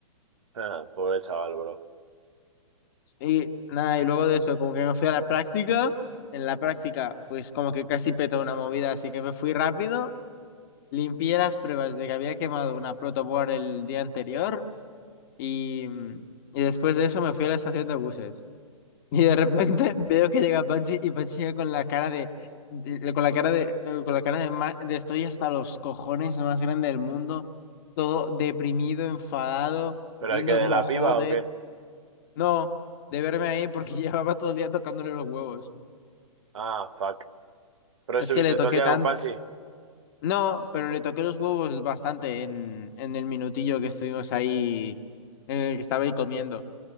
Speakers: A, on the right; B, on the left.
A: Ah, pobre chaval, bro.
B: Y nada, y luego de eso, como que me fui a la práctica, en la práctica, pues como que casi petó una movida, así que me fui rápido, limpié las pruebas de que había quemado una protoboard el día anterior y, y después de eso me fui a la estación de buses. <laughs> Y de repente <laughs> veo que llega Panchi y Panchi llega con la cara de, de- con la cara de, eh, con la cara de, ma- de estoy hasta los cojones más grande del mundo, todo deprimido, enfadado,
A: ¿Pero
B: viendo
A: el que de
B: como
A: la
B: joder,
A: piba o qué?
B: no, de verme ahí porque <laughs> llevaba todo el día tocándole los huevos.
A: Ah, fuck. ¿Pero estuviste
B: Es que le toqué
A: todo el día
B: tan,
A: con Panchi?
B: no, pero le toqué los huevos bastante en, en el minutillo que estuvimos ahí, en el que estaba ahí comiendo.